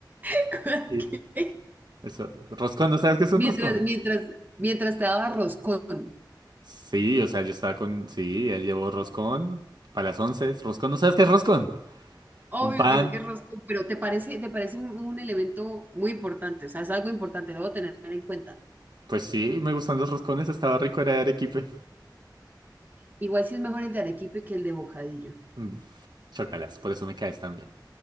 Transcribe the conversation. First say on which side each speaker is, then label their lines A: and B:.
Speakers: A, on the right (about 25°); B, on the right (about 65°).
A: <laughs>
B: Sí.
A: ¿Qué?
B: Eso, roscón, ¿no sabes qué es un
A: Mientras,
B: roscón?
A: mientras, mientras te daba roscón.
B: Sí, o sea, yo estaba con... Sí, él llevó roscón para las once. Roscón, ¿no sabes qué es roscón?
A: Obvio
B: Un pan.
A: que sé que es roscón, pero te parece, te parece un, un elemento muy importante, o sea, es algo importante, lo debo tener en cuenta.
B: Pues sí, me gustan los roscones, estaba rico, era de arequipe.
A: Igual si es mejor el de arequipe que el de bocadillo.
B: Mm, Chócalas, por eso me caes tan bien.